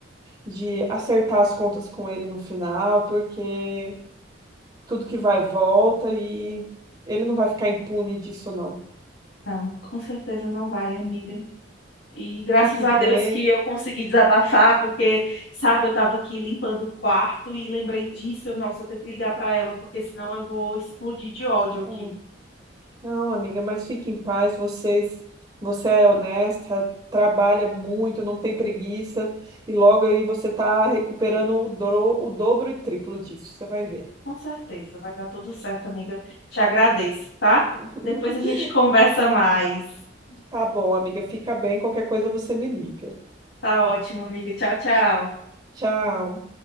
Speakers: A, on the right (about 20°); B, on the left (about 80°).
A: de acertar as contas com ele no final, porque tudo que vai volta e ele não vai ficar impune disso, não.
B: não, com certeza não vai, amiga. E graças
A: Fique
B: a
A: bem.
B: Deus que eu consegui desabafar, porque, sabe, eu estava aqui limpando o quarto e lembrei disso. Eu, Nossa, eu tenho que ligar para ela, porque senão eu vou explodir de ódio aqui.
A: é. Não, amiga, mas fique em paz. Vocês, você é honesta, trabalha muito, não tem preguiça, e logo aí você tá recuperando o, dro- o dobro e triplo disso. Você vai ver.
B: Com certeza, vai dar tudo certo, amiga. Te agradeço, tá?
A: <laughs>
B: Depois a gente conversa mais.
A: Tá bom, amiga, fica bem. Qualquer coisa você me liga.
B: Tá ótimo, amiga. Tchau, tchau.
A: Tchau.